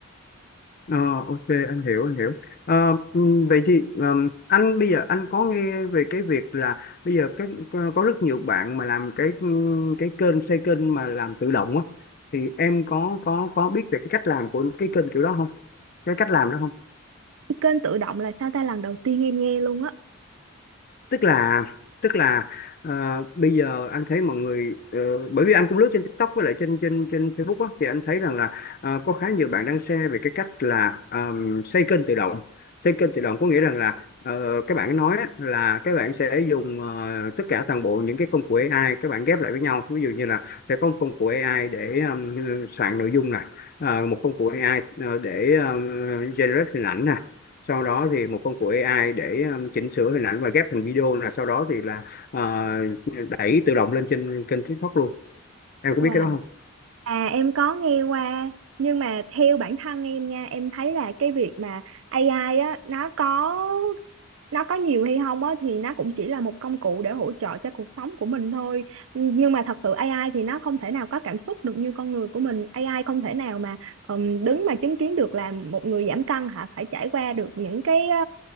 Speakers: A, on the left; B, on the right.
A: Ờ, ok anh hiểu anh hiểu. Ờ, ừ, vậy thì ờm, anh bây giờ anh có nghe về cái việc là bây giờ các có có rất nhiều bạn mà làm cái ừ, cái kênh xây kênh mà làm tự động á thì em có có có biết về cái cách làm của cái kênh kiểu đó không? Cái cách làm đó không?
B: kênh tự động là sao ta lần đầu tiên em nghe luôn á
A: tức là tức là ờ, bây giờ anh thấy mọi người ờ, bởi vì anh cũng lướt trên TikTok với lại trên trên trên Facebook á, thì anh thấy rằng là ờ, có khá nhiều bạn đang share về cái cách là ờm, xây kênh tự động xây kênh tự động có nghĩa rằng là ờ, các bạn nói á, là các bạn sẽ dùng ờ, tất cả toàn bộ những cái công cụ AI các bạn ghép lại với nhau ví dụ như là sẽ có một công cụ AI để ờm, soạn nội dung này ờ, một công cụ AI ờ, để ờm, generate hình ảnh nè sau đó thì một công cụ AI để um, chỉnh sửa hình ảnh và ghép thành video là sau đó thì là ờ, đẩy tự động lên trên kênh TikTok luôn em có biết
B: wow
A: cái đó không
B: À em có nghe qua nhưng mà theo bản thân em nha em thấy là cái việc mà AI á nó có nó có nhiều hay không á thì nó cũng chỉ là một công cụ để hỗ trợ cho cuộc sống của mình thôi nhưng mà thật sự AI thì nó không thể nào có cảm xúc được như con người của mình AI không thể nào mà ừm, đứng mà chứng kiến được là một người giảm cân hả phải trải qua được những cái ờ,